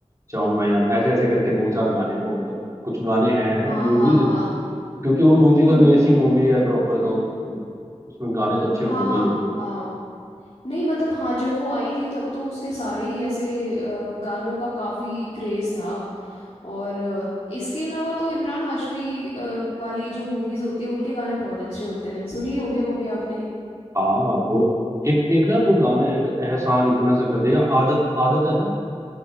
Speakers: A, on the right; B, on the left.
A: चाहूं मैं या ना ऐसे ऐसे करके दो चार गाने हैं वो मतलब कुछ गाने हैं
B: हाँ
A: मूवीज
B: हाँ हाँ
A: क्योंकि वो म्यूजिकल
B: तुम
A: बेस ही मूवी है प्रॉपर तो उ- उसमें गाने तो अच्छे
B: हाँ
A: होंगे ही होंगे
B: हाँ नहीं मतलब हाँ जब वो आई थी तब तो उसके सारे ही ऐसे अ, गानों का काफी क्रेज था और अ, इसके अलावा तो इमरान हाशमी अ, वाली जो मूवीज होती है उनके गाने बहुत अच्छे होते हैं सुनी होंगे वो भी आपने
A: हाँ वो एक एक ना वो गाना है एक एहसान इतना सा कर दिया आदत आदत है ना